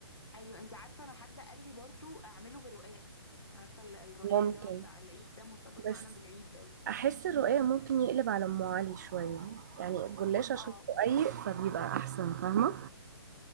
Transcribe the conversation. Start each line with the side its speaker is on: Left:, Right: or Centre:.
Left: ايوه انت عارفه انا حد قال لي برضو اعمله برقاق عارفه ال- الرقاق
Right: <laughs> ممكن
Left: اللي هو بتاع العيد ده مرتبط معانا
Right: بس
Left: بالعيد قوي
Right: احس الرقاق ممكن يقلب على ام علي شويه يعني الجلاش عشان
Left: اه
Right: رقيق فبيبقى احسن فاهمه